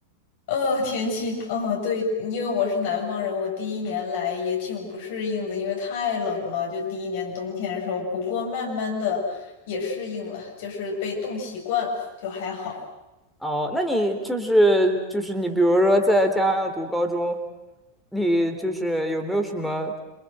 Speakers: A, on the left (about 50°); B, in the centre.
A: 呃，天气，哦，对，因为我是南方人，我第一年来也挺不适应的，因为太冷了，就第一年冬天的时候。不过慢慢的也适应了，就是被冻习惯了，就还好。
B: 哦，那你就是就是你，比如说在家要读高中，你就是有没有什么